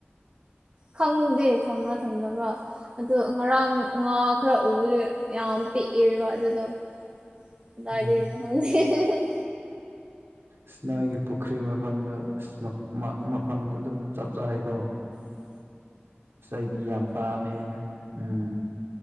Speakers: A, on the right; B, on the right.
A: ꯈꯪꯗꯦ ꯊꯝꯕ꯭ꯔꯥ ꯊꯝꯗꯕ꯭ꯔꯥ ꯑꯗꯣ ꯉꯔꯥꯡ ꯉꯥꯛ ꯈꯔ ꯎꯕꯗ ꯌꯥꯝ ꯄꯤꯛꯑꯦꯕ ꯑꯗꯨꯗꯣ ꯀꯗꯥꯏꯗꯩꯅꯣ
B: ꯎꯝ
A: ꯈꯪꯗꯦ ꯑꯟꯑꯣꯗꯤꯕꯜ
B: ꯁ ꯅꯣꯏꯒꯤ ꯄꯨꯈ꯭ꯔꯤ ꯃꯐꯝꯗꯣ ꯑꯁ ꯃ ꯃ ꯃꯐꯝꯗꯣ ꯑꯗꯨꯝ ꯆꯞ ꯆꯥꯏꯀꯣ
A: ꯑꯟꯑꯣꯗꯤꯕꯜ
B: ꯏꯁꯩꯗꯤ ꯌꯥꯝ ꯄꯥꯝꯃꯦ ꯎꯝ